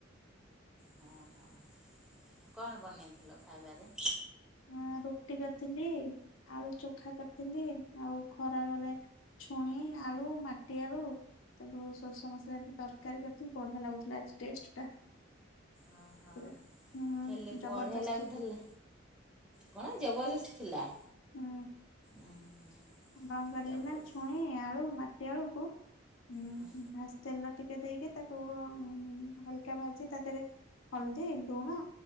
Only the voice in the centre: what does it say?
ହଁ ହଁ କଣ ବନେଇଥିଲ ଖାଇବାରେ?
ଓହୋ।
ହେଲେ ବଢ଼ିଆ
ଲାଗୁଥିଲା
କଣ ଜବରଦସ୍ ଥିଲା।
ଉଁ ହୁଁ
ଜବରଦସ୍ତ
ହଁ